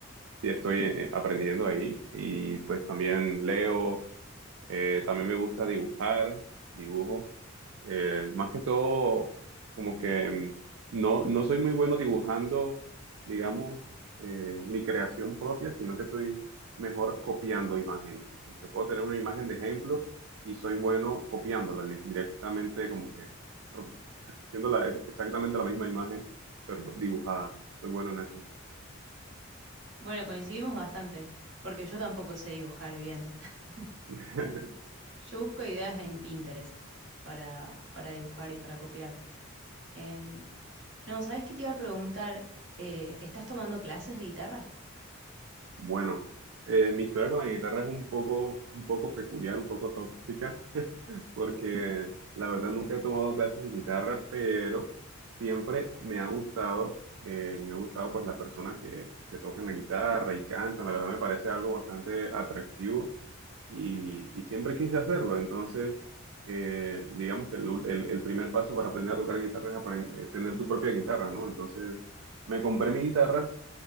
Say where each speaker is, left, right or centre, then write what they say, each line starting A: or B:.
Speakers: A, on the right; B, on the right.
A: sí estoy eh, aprendiendo ahí y pues también leo, eh, también me gusta dibujar, dibujo. Eh, más que todo, como que mm, no, no soy muy bueno dibujando, digamos, eh, mi creación propia, sino que soy mejor copiando imágenes. Como que puedo tener una imagen de ejemplo y soy bueno copiándola li- directamente, como que pro- <laughs> haciendo la- exactamente la misma imagen, pero dibujada. Soy bueno en eso.
B: Bueno, coincidimos bastante, porque yo tampoco sé dibujar bien. <laughs>
A: <laughs>
B: Yo busco ideas en Pinterest para, para dibujar y para copiar. Em, no, ¿sabes qué te iba a preguntar? Eh, ¿estás tomando clases de guitarra?
A: Bueno, eh, mi historia con la guitarra es un poco, un poco peculiar, un poco tóxica. porque la verdad nunca he tomado clases de guitarra, pero siempre me ha gustado, eh, me ha gustado pues las personas que, que tocan la guitarra y cantan, la verdad me parece algo bastante atractivo y, y siempre quise hacerlo, entonces eh, digamos que el, el- el primer paso para aprender a tocar guitarra es apren- eh, tener tu propia guitarra, ¿no? Entonces me compré mi guitarra